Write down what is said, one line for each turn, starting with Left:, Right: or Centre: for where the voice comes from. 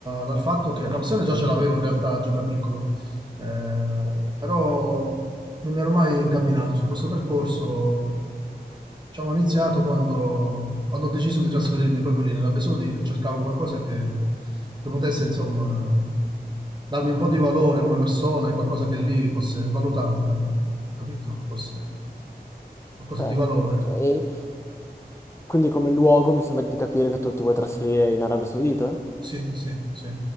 Right: dal fatto che la passione già ce l'avevo in realtà già da piccolo, eh, però non mi ero mai incamminato su questo percorso. Diciamo, ho iniziato quando, quando ho deciso di trasferirmi proprio lì nell'Arabia Saudita, cercavo qualcosa che, che potesse, insomma, darmi un po' di valore come persona e qualcosa che lì fosse valutata, capito? Fosse qualcosa
Left: Certo,
Right: di valore.
Left: cioè, e Quindi come luogo mi sembra di capire che tu ti vuoi trasferire in Arabia Saudita?
Right: Sì, sì, sì,